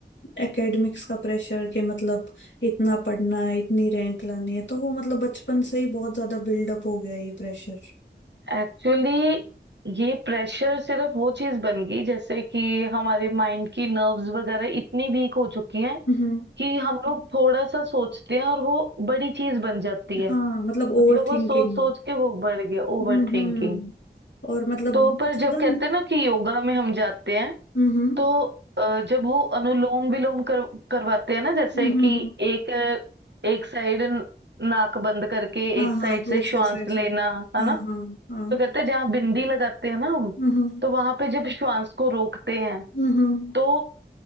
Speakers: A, on the left (about 85°); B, on the right (about 70°).
A: एकेडमिक्स का प्रेशर के मतलब इतना पढ़ना है इतनी रैंक लानी है तो वो मतलब बचपन से ही बहुत ज्यादा बिल्डअप हो गया है ये प्रेशर
B: एक्चुअली ये प्रेशर सिर्फ वो चीज बन गई जैसे कि हमारे माइंड की नर्व्स वगैरह इतनी वीक हो चुकी हैं
A: हम्म
B: कि हम लोग थोड़ा सा सोचते हैं और वो बड़ी चीज बन जाती है
A: हाँ मतलब
B: मतलब
A: ओवर
B: वो
A: थिंकिंग
B: सोच सोच के वो बढ़ गया ओवर
A: हम्म
B: थिंकिंग
A: हम्म और मतलब
B: तो
A: बहुत
B: पर जब
A: ज्यादा-
B: कहते हैं ना कि योगा में हम जाते हैं
A: हम्म हम्म
B: तो अ, जब वो अनुलोम विलोम कर करवाते हैं ना जैसे
A: हम्म,
B: कि
A: हम्म,
B: एक एक साइड नाक बंद करके
A: हाँ
B: एक साइड
A: हाँ दूसरे
B: से श्वास
A: साइड
B: लेना
A: से
B: है
A: हाँ
B: ना
A: हाँ हाँ
B: तो कहते हैं जहाँ बिंदी लगाते हैं ना हम
A: हम्म हम्म
B: तो वहां पे जब श्वास को रोकते हैं
A: हम्म
B: तो